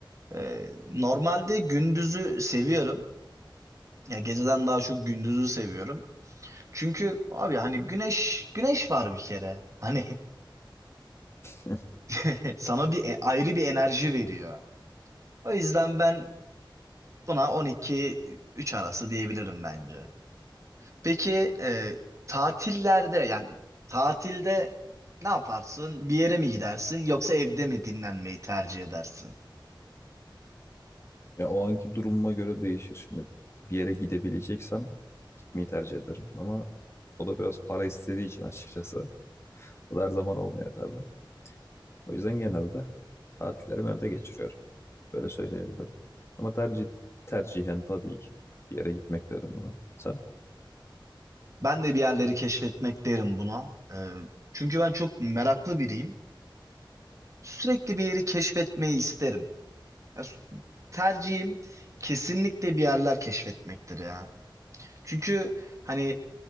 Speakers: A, on the right (about 35°); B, on the left (about 30°).
A: E, normalde gündüzü seviyorum. Ya geceden daha çok gündüzü seviyorum. Çünkü abi hani güneş güneş var bir kere. Hani
B: <laughs>
A: <laughs> sana bir e, ayrı bir enerji veriyor. O yüzden ben buna 12 3 arası diyebilirim bence. Peki e, tatillerde yani tatilde ne yaparsın? Bir yere mi gidersin yoksa evde mi dinlenmeyi tercih edersin?
B: Ya o anki durumuma göre değişir. Şimdi bir yere gidebileceksem mi tercih ederim. Ama o da biraz para istediği için açıkçası. O da her zaman olmuyor tabii. O yüzden genelde tatillerimi evde geçiriyorum. Böyle söyleyebilirim. Ama tercih tercihen tabii ki bir yere gitmek derim buna. Sen?
A: Ben de bir yerleri keşfetmek derim buna. E, çünkü ben çok meraklı biriyim. Sürekli bir yeri keşfetmeyi isterim. Ya, s- tercihim kesinlikle bir yerler keşfetmektir ya. Çünkü hani